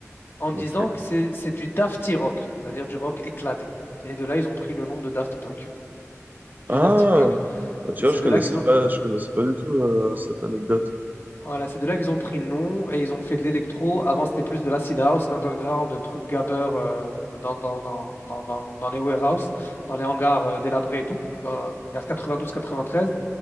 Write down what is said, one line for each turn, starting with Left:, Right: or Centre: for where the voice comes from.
Left: en
Right: Ok.
Left: disant que c'est c'est du dafty rock, c'est-à-dire du rock éclaté. Et de là, ils ont pris le nom de Daft Punk, du
Right: Ah,
Left: Dafty Punk.
Right: Bah, tu
Left: Et c'est
Right: vois, je
Left: de
Right: connaissais
Left: là qu'ils ont,
Right: pas, je connaissais pas du tout euh, cette anecdote.
Left: voilà, c'est de là qu'ils ont pris le nom et ils ont fait de l'électro. Avant, c'était plus de l'acid house, underground, de trucs gabber euh, dans, dans, dans, dans, dans, dans les warehouses, dans les hangars euh, délabrés et tout, dans- vers 92-93.